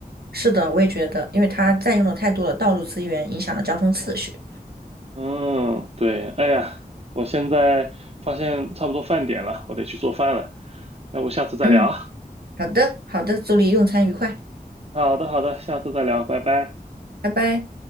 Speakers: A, on the right; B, on the right.
A: 是的，我也觉得，因为它占用了太多的道路资源，影响了交通秩序。
B: 嗯，对，哎呀，我现在发现差不多饭点了，我得去做饭了。那我下次再聊啊。
A: 嗯，好的，好的，祝你用餐愉快，
B: 好的，好的，下次再聊，拜拜。
A: 拜拜。